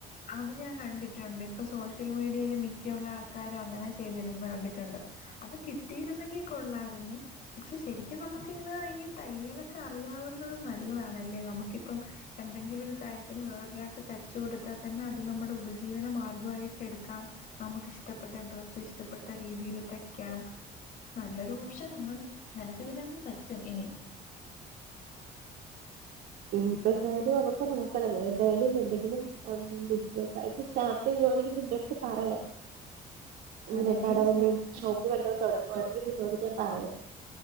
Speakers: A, on the left; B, on the right.
A: അത് ഞാൻ കണ്ടിട്ടുണ്ട് ഇപ്പൊ സോഷ്യൽ മീഡിയൽ മിക്കുള്ള ആൾക്കാരും അങ്ങനെ ചെയ്തിടുന്ന കണ്ടിട്ടുണ്ട് അത് കിട്ടിയിരുന്നെങ്കി കൊള്ളായിരുന്നു പക്ഷെ ശരിക്കും നമുക്കിങ്ങനെ ഈ തയ്യലൊക്കെ അറിയാവുന്നത് നല്ലതാണല്ലേ നമുക്കിപ്പം എന്തെങ്കിലും ഒരു കാര്യത്തിന് വേറൊരാൾക്ക് തച് കൊടുത്താ തന്നെ അത് നമ്മുടെ ഉപജീവന മാർഗ്ഗമായിട്ട് എടുക്കാം നമുക്കിഷ്ടപ്പെട്ട ഡ്രസ്സ് ഇഷ്ടപ്പെട്ട രീതിൽ തയ്ക്കാം നല്ലൊരു ഓപ്ഷൻ ആണ് നിനക്ക് പിന്നെ അത് പറ്റും ഇനി
B: ഇപ്പ എന്തായാലും അതൊക്കെ നോക്കണം എന്തായാലും എന്തെങ്കിലും ആ ബിസിനസായ്‌റ്റ് ഇപ്പ സ്റ്റാർട്ട് ചെയ്യുവാണെങ്കിൽ നിന്റെ അടുത്ത് പറയാം
A: <inaudible>
B: ഇങ്ങനെ കട
A: നീ ശ്രമി-
B: വല്ലവും ഷോപ്പ് വല്ലതും തുടങ്ങുകവാണെങ്കിൽ നിന്നോട് ഞാൻ പറയാം